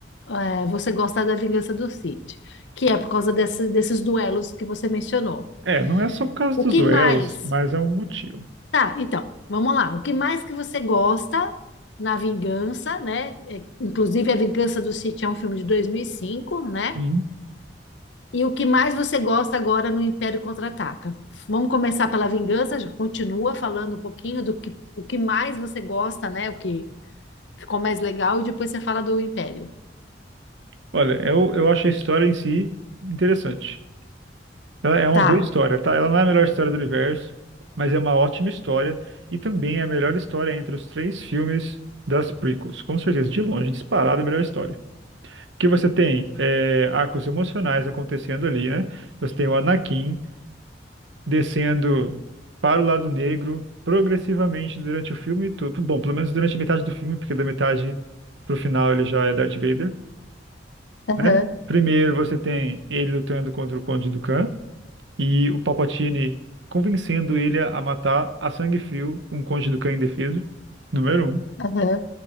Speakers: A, on the left (about 80°); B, on the right (about 80°).
A: é, você gosta da Vingança do Cid, que é por causa desse- desses duelos que você mencionou.
B: É, não é só por causa
A: O
B: dos
A: que
B: duelos,
A: mais?
B: mas é um motivo.
A: Tá, então, vamos lá. O que mais que você gosta na Vingança, né? É, inclusive, A Vingança do Cid é um filme de 2005, né?
B: Sim.
A: E o que mais você gosta agora no Império Contra-Ataca? Vamos começar pela Vingança, já continua falando um pouquinho do que, o que mais você gosta, né? O que ficou mais legal, e depois você fala do Império.
B: Olha, eu, eu acho a história em si interessante. Ela é uma
A: Tá.
B: boa história, tá? Ela não é a melhor história do universo, mas é uma ótima história e também é a melhor história entre os três filmes das prequels. Com certeza, de longe, disparada a melhor história. Porque você tem é, arcos emocionais acontecendo ali, né? Você tem o Anakin. descendo para o lado negro progressivamente durante o filme todo. Bom, pelo menos durante a metade do filme, porque da metade pro final ele já é Darth Vader,
A: Aham,
B: né? Primeiro você tem ele lutando contra o Conde Dooku e o Palpatine convencendo ele a matar a sangue frio um Conde Dooku indefeso, número um.
A: aham.